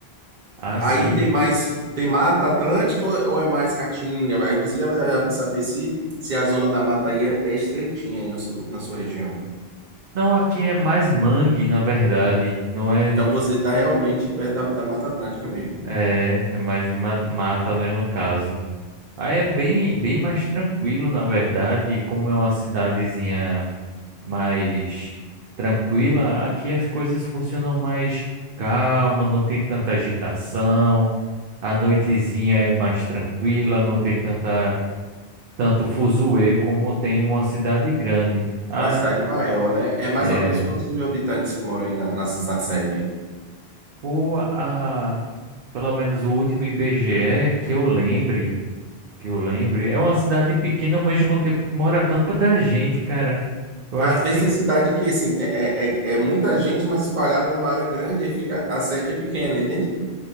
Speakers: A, on the right (about 60°); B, on the right (about 45°).
A: Ah,
B: Aí
A: sim.
B: tem mais, tem Mata Atlântica ou ou é mais Caatinga? Aí você já vai viajar para saber se, se a zona da mata aí é, é estreitinha aí no seu, na sua região.
A: Não, aqui é mais mangue, na verdade. Não é,
B: Então você está realmente perto da, da Mata Atlântica mesmo.
A: é, é mais ma- mata, né, no caso. Aí
B: É.
A: é bem, bem mais tranquilo, na verdade. Como é uma cidadezinha mais tranquila, aqui as coisas funcionam mais calma, não tem tanta agitação. A noitezinha é mais tranquila, não tem tanta, tanto fuzuê como tem uma cidade grande. Ah,
B: Uma cidade maior, né? É mais
A: é.
B: ou menos quantos mil habitantes que moram aí na, na, na sede?
A: o a, pelo menos o último IBGE que eu lembre, que eu lembre, é uma cidade pequena, mas ao mesmo tempo mora tanta gente, cara. Eu
B: Às
A: acho que
B: vezes
A: tem.
B: tem cidade que, assim, tem- é, é, é muita gente, mas espalhada numa área grande, aí fica, a sede é pequena, entende?